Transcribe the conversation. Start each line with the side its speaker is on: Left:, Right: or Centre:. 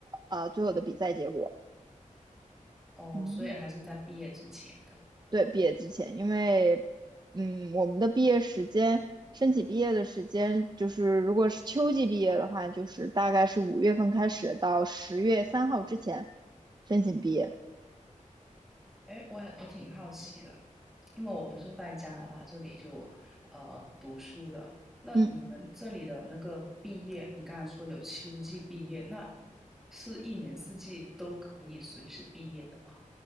Right: 呃最后的比赛结果。
Centre: 哦，
Right: 嗯。
Centre: 所以还是在毕业之前的。
Right: 对，毕业之前，因为，嗯，我们的毕业时间，申请毕业的时间，就是如果是秋季毕业的话，就是大概是五月份开始到十月三号之前申请毕业。
Centre: 哎，我很我挺好奇的，因为我不是在加拿大这里就呃读书的。那你们这里的那个毕业，
Right: 嗯，
Centre: 你刚才说有秋季毕业，那是一年四季都可以随时毕业的吗？